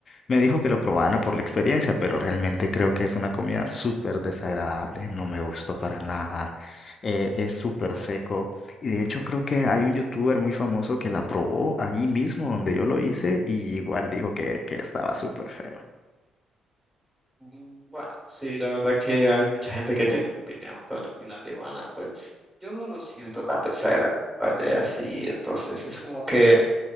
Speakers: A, on the left; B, on the right.
A: me dijo que lo probara por la experiencia, pero realmente creo que es una comida súper desagradable, no me gustó para nada, eh, es súper seco y de hecho creo que hay un youtuber muy famoso que la probó allí mismo donde yo lo hice y igual dijo que, que estaba súper feo.
B: Mm, Bueno, sí, la verdad que hay mucha gente que tiene opinión sobre el pinal de iguana. Pues yo no lo siento tan de cera, ¿vale? Así, entonces es como que